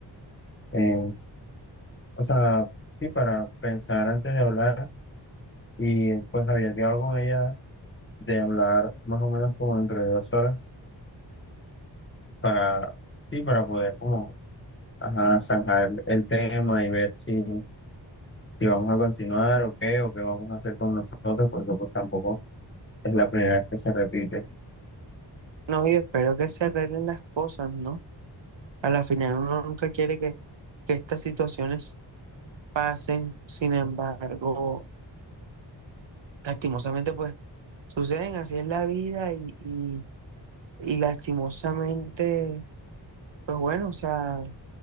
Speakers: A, on the left (about 30°); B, on the right (about 80°).
A: eh, o sea, sí, para pensar antes de hablar y pues había quedado con ella de hablar más o menos como dentro de dos horas para, sí, para poder como, ajá, zanjar el, el tema y ver si, si vamos a continuar o qué, o qué vamos a hacer con nosotros, porque pues tampoco es la primera vez que se repite.
B: No, yo espero que se arreglen las cosas, ¿no? A la final uno nunca quiere que, que estas situaciones pasen, sin embargo, lastimosamente pues suceden, así es la vida y, y, y lastimosamente, pues bueno, o sea,